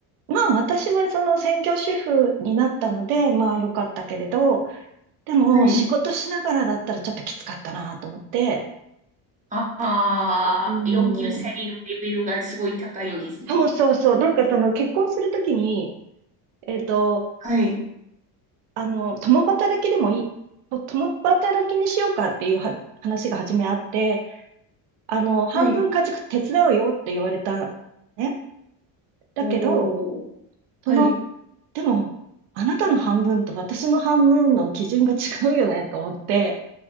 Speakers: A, on the right; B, on the right.
A: まあ私はその専業主婦になったので、まあ良かったけれど、でも、
B: はい。
A: 仕事しながらだったらちょっときつかったなと思って、
B: ああ、
A: うん、
B: 要求されるレベルがすごい高いんですね。
A: そうそうそう、なんかその結婚するときに、えっと、
B: はい、
A: あの、共働きでもいい、共働きにしようかっていうは話が初めあって、あの、半分家事手伝うよって言われた、
B: はい。
A: ね。だけど、
B: おー。
A: その、
B: はい。
A: でも、あなたの半分と私の半分の基準が違うよねと思って、